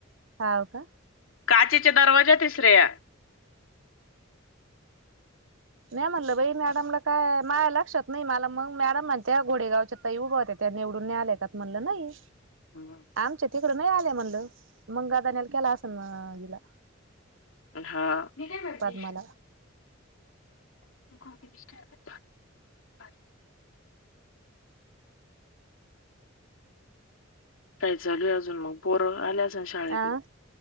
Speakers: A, on the right (about 65°); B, on the left (about 80°).
A: हाव का?
B: काचेच्या दरवाजाते श्रेया.
A: नाही म्हणलं बाई मॅडमला काय माय लक्षात नाही, मला मग मॅडम म्हणते घोडेगावच्या ताई उभं होत्या त्या निवडून नई आलेय का? म्हणलं नाही.
B: हम्म.
A: आमच्या तिकडं नाही आल्या म्हणलं, मग गदानला केला असल ना हिला?
B: हा. मी काय म्हणते
A: पद्माला.
B: <unintelligible> <unintelligible> काय चालू आहे अजून मग? पोरं आल्या शाळेतून
A: अ